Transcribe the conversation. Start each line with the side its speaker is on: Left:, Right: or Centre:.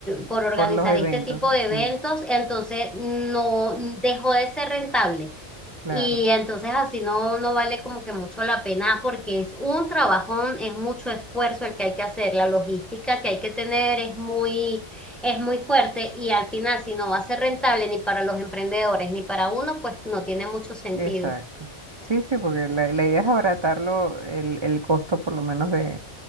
Centre: por organizar
Right: por los eventos,
Centre: este tipo de eventos,
Right: sí,
Centre: entonces no dejó de ser rentable.
Right: claro,
Centre: Y entonces así no, no vale como que mucho la pena porque es un trabajón, es mucho esfuerzo el que hay que hacer, la logística que hay que tener es muy, es muy fuerte y al final si no va a ser rentable ni para los emprendedores ni para uno, pues no tiene mucho sentido.
Right: exacto. Sí, sí, porque la, la idea es abaratarlo el, el costo por lo menos de,